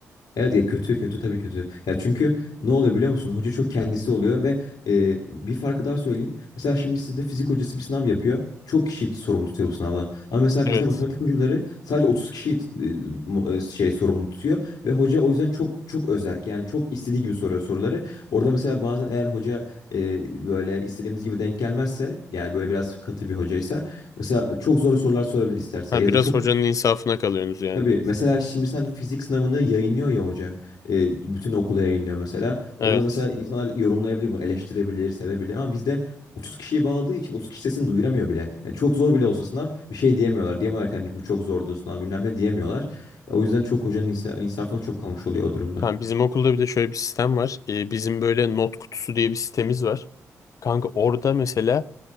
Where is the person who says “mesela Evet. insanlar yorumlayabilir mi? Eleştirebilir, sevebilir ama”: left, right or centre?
Left